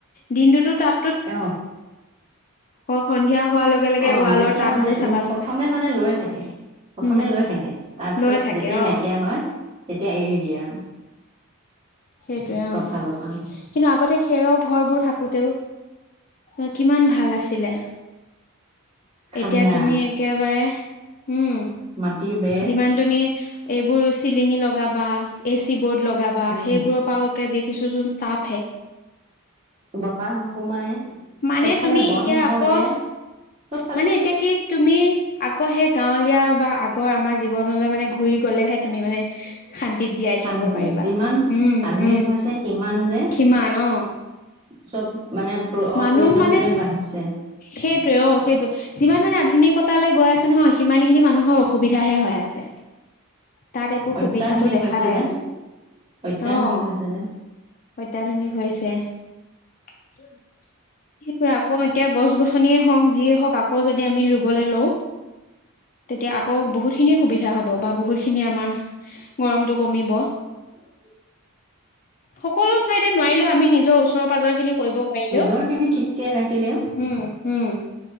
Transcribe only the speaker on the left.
দিনটোতো তাপ
সন্ধিয়া হোৱাৰ লগে লগে
ৱালৰ
টাপবোৰ
চাবাচোন
উম
লৈ থাকে
অ
সেইটোৱে
অ'
কিন্তু আগতে খেৰৰ ঘৰবোৰ থাকোঁতেও এ কিমান ভাল আছিলে।
এতিয়া তুমি একে বাৰে উম
যিমান তুমি এইবোৰ চিলিঙ লগাবা, এচিবৰ্ড লগ লগাবা
সেইবোৰৰ পৰা একে বি কিছুচোন তাপ হে।
মানে
তুমি
এতিয়া আকৌ
মানে এতিয়া কি তুমি আকৌ সেই গাঁৱলীয়া বা আগৰ আমাৰ জীৱনলৈ মানে ঘুৰি গ'লেহে। তুমি মানে শান্তিত জীয়াই
থাকিব পাৰিবা
উম
উম
সীমান অ'
মানুহ
মানে
সেইটোৱে অ' সেইটো যিমান মানে। আধুনিক কতালৈ গৈ আছে নহয় সিমান খিনি মানুহৰ অসুবিধাহে হৈ আছে। তাত একো
সুবিধাটো দেখা
নাই
আমি
অ'
অত্যাধুনিক হৈছে। <unintelligible> <unintelligible> আকৌ এতিয়া গছ-গছনিয়ে হওঁক যিয়েই হওঁক আকৌ যদি আমি ৰুৱলৈ লওঁ তেতিয়া আকৌ বহুতখিনি সুবিধা হ'ব বা বহুতখিনি আমাৰ গৰমটো কমিব।
সকলো ঠাইতে নোৱাৰিলেও আমি নিজৰ। নিজৰ ওচৰ-পাজৰ খিনি কৰিব পাৰিলেও।
উম উম